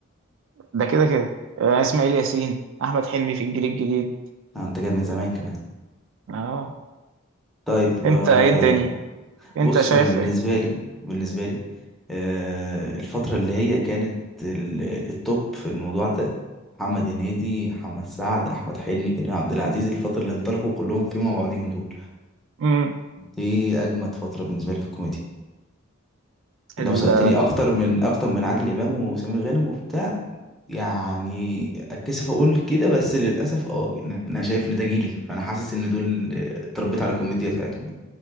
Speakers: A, on the right; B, in the centre.
A: ده كده كده آه، اسماعيل ياسين احمد حلمي في الجيل الجديد
B: آه، انت جاي من زمان كمان
A: اه
B: طيب
A: انت
B: آه،
A: ايه الدنيا انت
B: بص
A: شايف
B: انا بالنسبه
A: ايه
B: لي بالنسبه لي آه، الفتره اللي هي كانت ال- التوب في الموضوع ده محمد هنيدي محمد سعد احمد حلمي كريم عبد العزيز الفتره اللي انطلقوا كلهم فيهم مع بعضهم دول
A: امم
B: دي اجمد فتره بالنسبه لي في الكوميديا
A: ال-
B: لو سالتني اكتر من اكتر من عادل امام وسمير غانم وبتاع يعني اتكسف اقول كده بس للاسف اه يعني انا شايف ان ده جيلي فانا حاسس ان دول آه، اتربيت على الكوميديا بتاعتهم يعني